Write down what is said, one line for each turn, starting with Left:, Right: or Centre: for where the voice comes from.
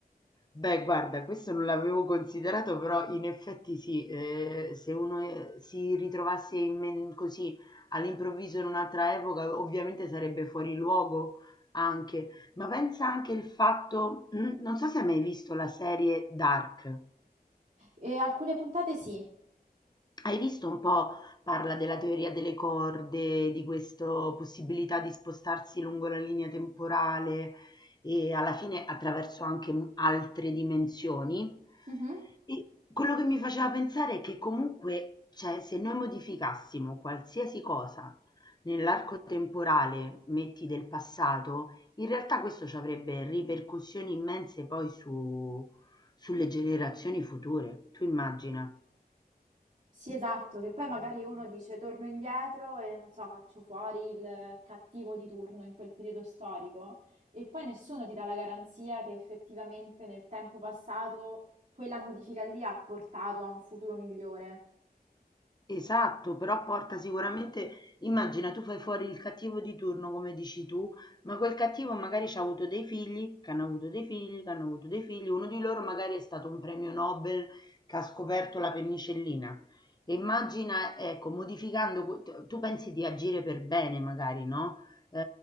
Left: Beh, guarda, questo non l'avevo considerato, però in effetti sì, eh, se uno eh, si ritrovasse in men- così all'improvviso in un'altra epoca, ovviamente sarebbe fuori luogo anche. Ma pensa anche il fatto, <clears throat> non so se hai mai visto la serie Dark.
Right: E alcune puntate sì.
Left: Hai visto un po', parla della teoria delle corde, di questa possibilità di spostarsi lungo la linea temporale e alla fine attraverso anche m- altre dimensioni.
Right: Mhm.
Left: E quello che mi faceva pensare è che comunque, cioè, se noi modificassimo qualsiasi cosa nell'arco temporale, metti del passato, in realtà questo ci avrebbe ripercussioni immense poi su- sulle generazioni future. Tu immagina.
Right: Sì, esatto, che poi magari uno dice torno indietro e non so, faccio fuori il cattivo di turno in quel periodo storico e poi nessuno ti dà la garanzia che effettivamente nel tempo passato quella modifica lì ha portato a un futuro migliore.
Left: Esatto, però porta sicuramente, immagina tu fai fuori il cattivo di turno come dici tu, ma quel cattivo magari ci ha avuto dei figli, che hanno avuto dei figli, che hanno avuto dei figli, uno di loro magari è stato un premio Nobel che ha scoperto la penicillina. E immagina, ecco, modificando, que- tu tu pensi di agire per bene magari, no? Eh,